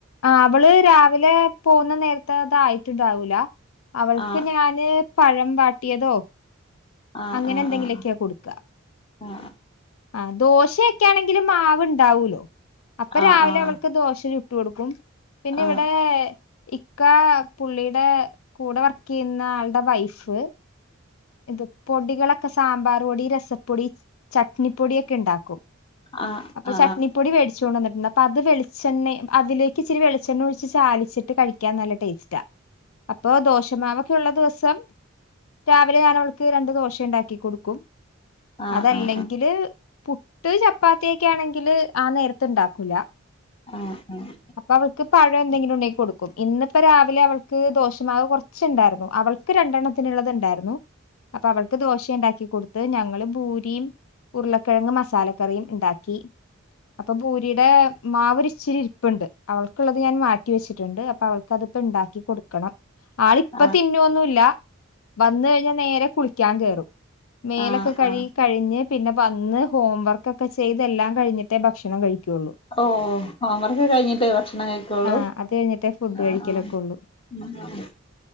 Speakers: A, on the left; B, on the left.
A: ആഹ് അവള് രാവിലെ പോവ്ന്ന നേരത്തെ അത് ആയിട്ട് ഇണ്ടാവൂല അവൾക്ക്
B: ആ
A: ഞാന് പഴം വാട്ടിയതോ
B: ആ
A: അങ്ങനെ
B: ആ
A: എന്തെങ്കിലൊക്കെയാ
B: ആ
A: കൊട്ക്കാ
B: ആ
A: ആഹ് ദോശയൊക്കെ ആണെങ്കിലും മാവ് ഇണ്ടാവൂലൊ അപ്പ
B: ആ
A: രാവിലെ
B: ആ ആ
A: അവൾക്ക് ദോശ ചുട്ട് കൊടുക്കും പിന്നെ
B: ആ ആ
A: ഇവിടെ ഇക്ക പുള്ളിടെ കൂടെ വർക്ക് ചെയ്യുന്ന ആളുടെ വൈഫ് ഇത് പൊടികളൊക്കെ സാമ്പാർ പൊടി രസപ്പൊടി ചട്നി പൊടിയൊക്കെ ഇണ്ടാക്കും
B: ആ ആ
A: അപ്പ
B: ആ
A: ചട്നിപൊടി വേട് ച്ചോണ്ടൊന്ന്ട്ട്ണ്ട് അപ്പത് വെളിച്ചെണ്ണ അതിലേക്കിച്ചിരി വെളിചെണ്ണൊഴിച്ച് ചാലിച്ചിട്ട് കഴിക്ക്യാൻ നല്ല ടേസ്റ്റാ. അപ്പൊ ദോശമാവൊക്കെള്ള ദൊവസം രാവിലെ ഞാനവൾക്ക് രണ്ട് ദോശെണ്ടാക്കി കൊടുക്കും.
B: ആ ആ ആ ആ ആ
A: അതല്ലങ്കില്
B: ആ ആ ആ
A: പുട്ട്, ചപ്പാത്ത്യക്കെണെങ്കില് ആ നേരത്ത്ണ്ടാക്കൂല്ല.
B: ആഹ് ആഹ്
A: അപ്പവൾക്ക് പഴം എന്തെങ്കിലുണ്ടെങ്കി കൊടുക്കും ഇന്ന്പ്പൊ രാവിലെ അവൾക്ക് ദോശമാവ് കൊർച്ച്ണ്ടാറ്ന്നു അവൾ ക്ക് രണ്ടെണ്ണത്തിന്ളളത് ണ്ടാര്ന്നു. അപ്പൊ അവൾക്ക് ദോശെണ്ടാക്കി കൊടുത്ത് ഞങ്ങള് ബൂരിം ഉരുളക്കിഴങ്ങ് മസാലക്കറിയും ഇണ്ടാക്കി അപ്പൊ ബൂരിടെ മാവൊരിച്ചിരി ര് പ്പ്ണ്ട് അവൾക്കുള്ളത് ഞാൻ മാറ്റി വെച്ച്ട്ട്ണ്ട് അപ്പൊ അവൾക്കത്പ്പ ണ്ടാക്കി കൊട്ക്കണം. ആളിപ്പൊ
B: ആ ആ
A: തിന്നൊന്നുല്ല വന്ന് കഴിഞ്ഞാ നേരെ കുളിക്ക്യാൻ കേറും. മേലൊക്കെ
B: ആ
A: കഴ്കി
B: ആ
A: കഴിഞ്ഞ് പിന്നെ വന്ന് ഹോംവർക്കൊക്കെ ചെയ്തെല്ലാം കഴിഞ്ഞി ട്ടെ ഭക്ഷണം കഴിക്ക്യൊള്ളു.
B: ഓഹ് ഹോം വർക്ക് കഴിഞ്ഞിട്ടേ ഭക്ഷണം കഴി ക്കൊളളൂ
A: ആ അത് കഴിഞ്ഞിട്ടേ ഫുഡ്
B: ആഹ്
A: കഴിക്കലൊക്കെ
B: ആഹ്
A: ഉള്ളൂ
B: ഉം ആഹ്